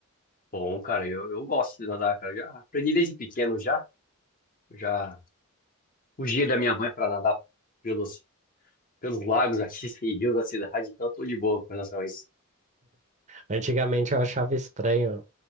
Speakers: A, on the left (about 40°); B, on the right (about 35°).
A: Bom, cara, eu, eu gosto de nadar, cara. Já aprendi desde pequeno já. Eu Já fugia da minha mãe para nadar pelos, pelos lagos aqui <laughs> e rios da cidade, então tô de boa com relação a isso.
B: Antigamente eu achava estranho